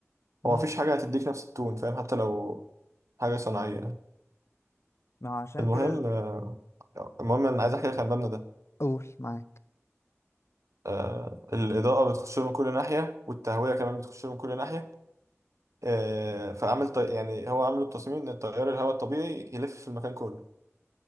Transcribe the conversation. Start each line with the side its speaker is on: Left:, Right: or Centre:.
Left: امم
Right: هو مفيش حاجه هتديك نفس التون فاهم حتى لو حاجه صناعيه
Left: ما هو عشان
Right: المهم
Left: كده
Right: آه المهم انا عايز احكي لك عن المبنى ده
Left: قول معاك
Right: آه الاضاءه بتخش له من كل ناحيه والتهويه كمان بتخش له من كل ناحيه آه فعمل طي... يعني هو عامل التصميم ان تيار الهواء الطبيعي يلف في المكان كله